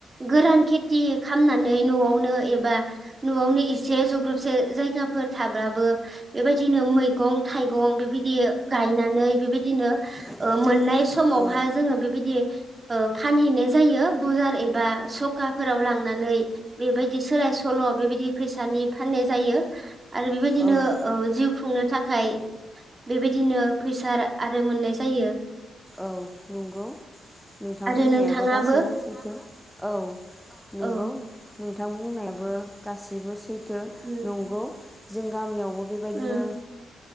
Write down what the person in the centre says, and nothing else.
बेबायदिनो
आरो
औ नंगौ नोंथां
बुंनायाबो
गासैबो सैथो औ।
नंगौ। नोंथां बुंनायाबो गासिबो सैथो
नंगौ जों गामियावबो। बेबायदिनो